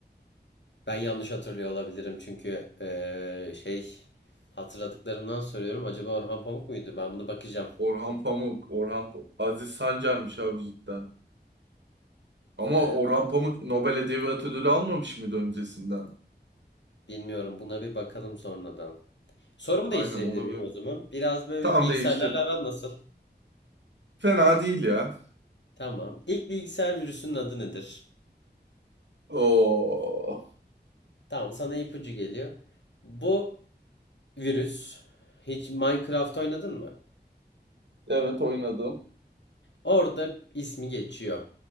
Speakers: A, on the left; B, on the right.
A: Ben yanlış hatırlıyor olabilirim çünkü eee, şey hatırladıklarımdan söylüyorum. Acaba Orhan Pamuk muydu? Ben bunu bakacağım.
B: Orhan Pamuk. Orhan Pa- Aziz Sancar'mış abi cidden. Ama
A: Evet,
B: Orhan Pamuk Nobel Edebiyat Ödülü almamış mıydı öncesinden?
A: bilmiyorum. Buna bir bakalım sonradan. Sorumu
B: Aynen
A: değiştirebilir
B: onu
A: miyim
B: bir...
A: o zaman? Biraz böyle
B: Tamam
A: bilgisayarlarla
B: değiştir.
A: aran nasıl?
B: Fena değil ya.
A: Tamam. İlk bilgisayar virüsünün adı nedir?
B: Oo.
A: Tamam, sana ipucu geliyor. Bu virüs hiç Minecraft oynadın mı?
B: Evet oynadım.
A: Orada ismi geçiyor.